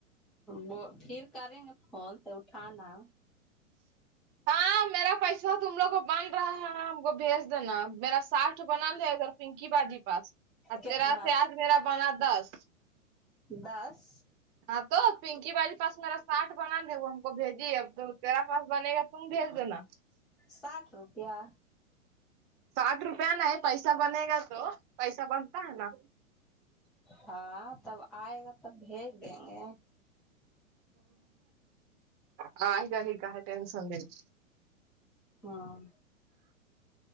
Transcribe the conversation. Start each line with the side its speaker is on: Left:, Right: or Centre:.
Centre: وہ پھر کریں گے فون تو اٹھانا
Right: ہاں میرا پیسہ تم لوگ کو بن رہا ہے ہم کو بھیج دینا میرا ساٹھ بنا ہے ادھر پنکی باجی پاس اور
Centre: کتنا
Right: تیرا سے آج میرا بنا دس
Centre: دس
Right: ہاں تو پنکی باجی کے پس میرا ساٹھ بنا دے وہ ہم کو بھیجی اب تو تیرا پاس بنے گا تم بھیج دینا
Centre: ساٹھ روپیہ
Right: ساٹھ روپیہ نہیں پیسہ بنے گا تو پیسہ بنتا ہے نا
Centre: ہاں تب آئے گا تب بھیج دیں گے
Right: ہ آ گ ہی کا ہے ٹینشن دین
Centre: ہاں